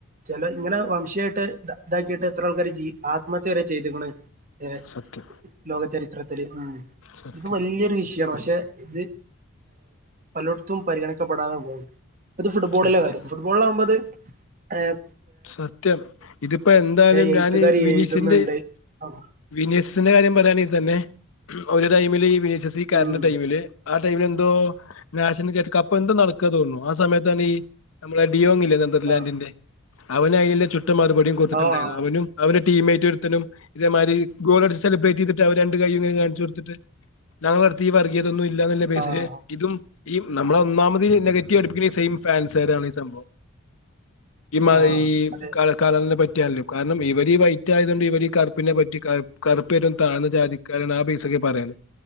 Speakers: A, on the right; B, on the left.
A: ചില ഇങ്ങനെ വംശീയിട്ട് ഇതാക്കിയിട്ട് ഇത്ര ആൾക്കാര് ജീ ആത്മഹത്യ വരെ ചെയ്ത്ക്ക്ണ് ഏ
B: സത്യം
A: ലോകചരി <unintelligible> ഉം
B: സത്യം
A: ഇത് വല്യൊരു വിഷയാണ് പക്ഷെ ഇത് പലോട്ത്തും പരിഗണിക്കപ്പെടാതെ പോവ്ണ്ട് ഇത് ഫുട്ബോളിലെ
B: സത്യം
A: കാര്യം ഫുട്ബോളാവു ത് ഏ
B: സത്യം ഇതിപ്പോ എന്തായാലും
A: എഴുത്തുകാര്
B: ഞാൻ വിനീശന്റെ
A: എഴുതുന്നുണ്ട് ആഹ്
B: വിനീശന്റെ കാര്യം പറയാണെങ്കി തന്നെ ഒരു ടൈമില് വിനീ ജെയ്കാരൻ്റെ
A: ഉം
B: ടൈമില് ആ ടൈമില് എന്തോ നാഷണൽ <unintelligible> കപ്പ് എന്തോ നടക്കാ തോന്നുണു ആ സമയത്താണ് ഈ നമ്മളെ ഡിയോ <unintelligible> നെതർലാൻറിന്റെ
A: ആഹ്
B: അവന് അയില് ചു ചുട്ട മറുപടിയും കൊടുത്തിട്ടുണ്ടായി
A: ആഹ്
B: അവനും അവ ടീംമേറ്റ് <unintelligible> ഇതേ മാതിരി ഗോളടിച്ച് സെലിബ്രേറ്റ് ചെയ്തിട്ട് അവര് രണ്ട് കയ്യും കാണിച്ച് കൊടുത്തിട്ട് <unintelligible> വർഗീയ ഇതൊന്നും ഇല്ലാതല്ല ബേസിലെ
A: ആഹ്
B: ഇതും ഈ നമ്മള് ഒന്നാമത് നെഗ റ്റീവ് അടിപ്പിക്കുന്നത് ഈ സെയിം ഫാൻസ്കാരാണ് ഈ സംഭവം മായി
A: ആഹ് അതെ
B: കാല കാല <unintelligible> പറ്റിയാണല്ലോ കാരണം ഇവര് ഈ വൈറ്റായത് കൊണ്ട് ഇവര് കറുപ്പിനെ പറ്റി കറുപ്പ്‌ ഏറ്റവും താണ ജാതിക്കാരൻ ആ ബേസൊക്കെയാ പറയുന്നേ